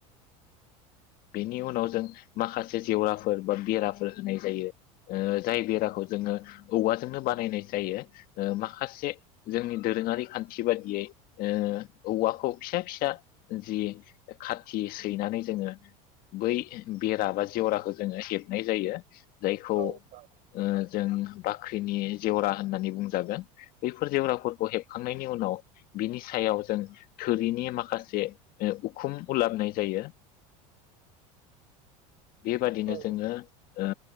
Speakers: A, on the left (about 55°); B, on the right (about 55°).
A: बेनि उनाव जों माखासे जेवराफोर बा बेराफोर होनाय ओ जायो जाय बेराखौ जोङो औवाजोंनो बानायनाय जायो ओ माखासे जोंनि दोरोङारि खान्थि बाददियै ओ औवाखौ फिसा फिसा जि खाथि सैनानै जोङो बै बेरा बा जेवराखौ जोङो हेबनाय जायो जायखौ
B: औ
A: ओ
B: नोंथां
A: जों बाख्रिनि जेवरा होननानै बुंजागोन बैफोर जेवराफोरखौ हेबखांनायनि उनाव बिनि सायाव जों थोरिनि माखासे उखुम उलाबनाय जायो बेबादिनो
B: औ नोंथां औ
A: जोङो ओ